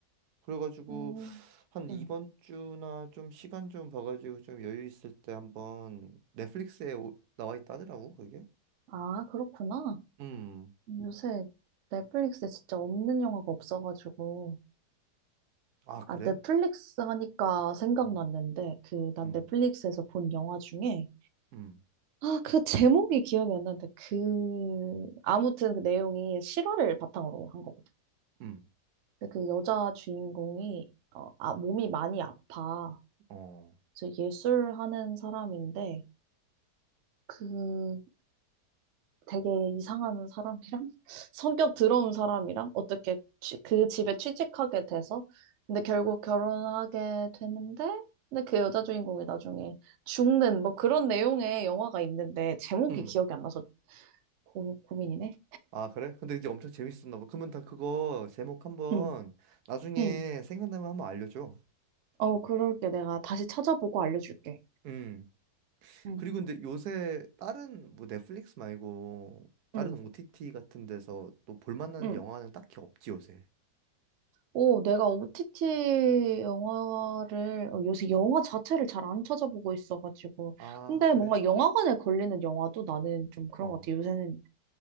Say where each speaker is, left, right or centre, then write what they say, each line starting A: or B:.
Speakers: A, on the right; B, on the right.
A: 그래가지고
B: 음.
A: 한 이번
B: 응.
A: 주나 좀 시간 좀 봐가지고 좀 여유 있을 때 한번 넷플릭스에 오- 나와 있다 하더라고 그게.
B: 아, 그렇구나.
A: 음.
B: 요새 넷플릭스에 진짜 없는 영화가 없어가지고.
A: 아 그래?
B: 아, 넷플릭스 하니까 생각났는데,
A: 어.
B: 그, 난
A: 음.
B: 넷플릭스에서 본 영화 중에
A: 음.
B: 아, 그 제목이 기억이 안 나는데, 그, 아무튼 그 내용이 실화를 바탕으로 한 거거든.
A: 음.
B: 근데 그 여자 주인공이, 어, 아, 몸이 많이 아파.
A: 어.
B: 저 예술하는 사람인데, 그 되게 이상한 사람이랑, <laughs> 성격 더러운 사람이랑, 어떻게 취- 그 집에 취직하게 돼서, 근데 결국 결혼하게 되는데, 근데 그 여자 주인공이 나중에 죽는, 뭐 그런 내용의 영화가 있는데, 제목이
A: 음.
B: 기억이 안 나서 고, 고민이네.
A: 아 그래? 근데 이제 엄청 재밌었나 봐. 그러면 다 그거 제목 한번
B: 응.
A: 나중에
B: 응.
A: 생각나면 한번 알려줘.
B: 어, 그럴게. 내가 다시 찾아보고 알려줄게.
A: 음.
B: 응.
A: 그리고 근데 요새 다른 뭐 넷플릭스 말고 다른
B: 응,
A: OTT 같은 데서 또 볼만한
B: 응.
A: 영화는 딱히 없지 요새.
B: 오, 내가 OTT 영화를, 어, 요새 영화 자체를 잘 안 찾아보고 있어가지고.
A: 아
B: 근데
A: 그래?
B: 뭔가 영화관에 걸리는 영화도 나는 좀 그런
A: 어.
B: 것 같아. 요새는